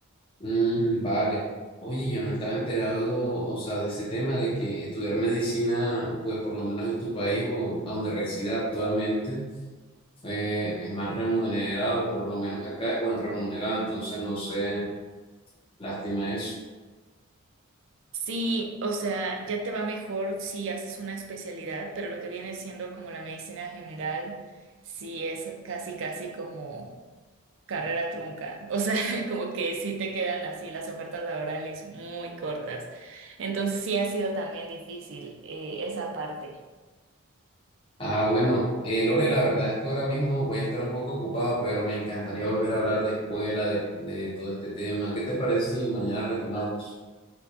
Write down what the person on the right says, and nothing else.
Sí, o sea, ya te va mejor si haces una especialidad, pero lo que viene siendo como la medicina general, sí es casi, casi como carrera trunca. O sea, <laughs> como que sí te quedan así las ofertas laborales muy cortas. Entonces sí ha sido también difícil eh, esa parte.